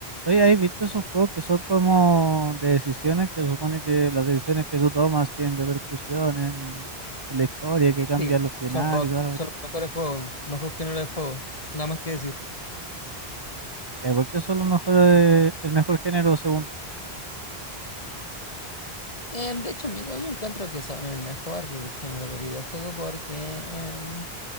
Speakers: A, on the right (about 25°); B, on the left (about 35°).
A: Oye, ¿has visto esos juegos que son como de decisiones que supone que las decisiones que tú tomas tienen repercusión en la historia, que cambian
B: Sí,
A: los finales
B: son God,
A: y todo lo
B: son
A: que...
B: los mejores juegos, mejor género de juego, nada más que decir.
A: Ya, ¿Por qué son los mejores, el mejor género según...
B: Em, de hecho, amigo, yo encuentro que son el mejor género de videojuego porque... em,